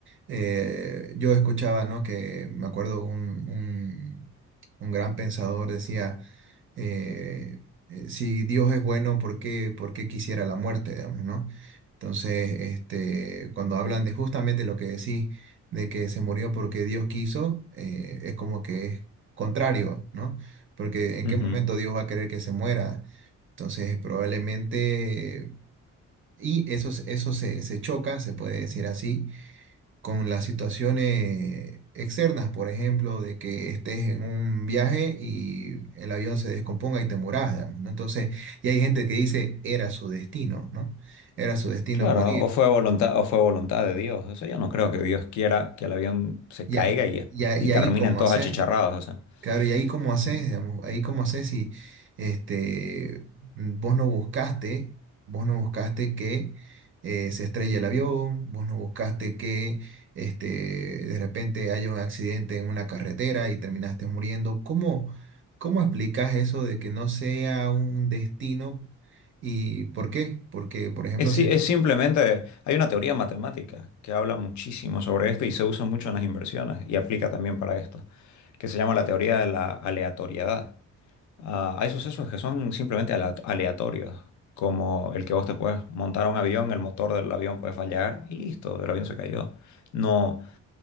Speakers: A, on the right; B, on the left.
A: eh, yo escuchaba, ¿no? Que me acuerdo un, un, un gran pensador decía, eh, eh, si Dios es bueno, ¿por qué, por qué quisiera la muerte, digamos, ¿no? Entonces, este, cuando hablan de justamente lo que decís, de que se murió porque Dios quiso, eh, es como que es contrario, ¿no? Porque ¿en
B: Ujú.
A: qué momento Dios va a querer que se muera? Entonces, probablemente, y eso, se- eso se, se choca, se puede decir así, con las situaciones externas, por ejemplo, de que estés en un viaje y el avión se descomponga y te mueras, digamos, ¿no? Entonces, y hay gente que dice, era su destino, ¿no? Era su destino
B: Claro,
A: morir.
B: o fue voluntad, o fue voluntad de Dios. Eso yo no creo que Dios quiera que el avión se
A: Y,
B: caiga
A: a-
B: y,
A: y, a- y
B: y terminen
A: ahí, ¿cómo
B: todos
A: haces?
B: achicharrados. O sea.
A: Claro, y ahí cómo haces,
B: Ujú.
A: digamos, ahí cómo haces si este, mm, vos no buscaste, vos no buscaste que eh, se estrelle el avión, vos no buscaste que este, de repente haya un accidente en una carretera y terminaste muriendo. ¿Cómo, cómo explicas eso de que no sea un destino y por qué? Porque, por ejemplo,
B: Es,
A: se...
B: si- es simplemente, hay una teoría matemática que habla muchísimo sobre esto y se usa mucho en las inversiones y aplica también para esto, que se llama la teoría de la aleatoriedad. Ah, hay sucesos que son simplemente ala- aleatorios, como el que vos te puedes montar a un avión, el motor del avión puede fallar y listo, el avión se cayó. No.